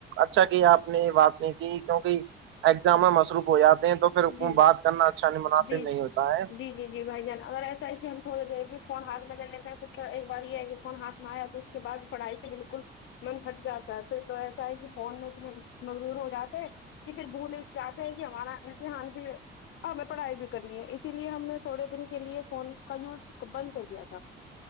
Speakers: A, on the right; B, on the left.
A: اچھا کہ آپ نے یہ بات نہیں کی کیونکہ ایگزامہ مصروف ہو جاتا تو پھر
B: جی جی
A: بات کرنا اچھا نہیں مناسب
B: جی
A: نہیں ہوتا ہے
B: جی جی جی بھائی جان اگر ایسا ہے کہ ہم تھوڑی دیر بھی فون ہاتھ میں لے لیتے ہیں پھر تو ایک بار یہ ہے کہ فون ہاتھ یا تو اس کے بعد پڑھائی پہ بالکل من پھٹ جاتا ہے پھر تو ایسا ہے کہ فون میں اتنے مغرور ہو جاتے ہیں کہ پھر بھولے جاتے ہیں کہ ہمارا امتحان بھی اور ہمیں پڑھائی بھی کرنی ہے اسی لیے ہم نے تھوڑے دن کے لیے فون کا یوز بند کر دیا تھا